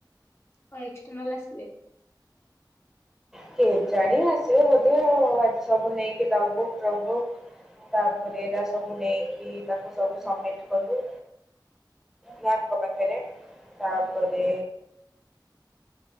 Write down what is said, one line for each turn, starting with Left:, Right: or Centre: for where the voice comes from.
Left: ହଁ ଏକ୍ସଟର୍ନାଲ ଆସିବେ
Centre: କେ ଜାଣି ଆସିବ ବୋଧେ ଆଉ ଆଜି ସବୁ ନେଇକି ଲବୁୁ ଦବୁ ତାପରେ ଏଇଟା ସବୁ ନେଇକି ତାକୁ ସବୁ ସବମିଟ କଲୁ ମ୍ୟାମଙ୍କ ପାଖରେ ତାପରେ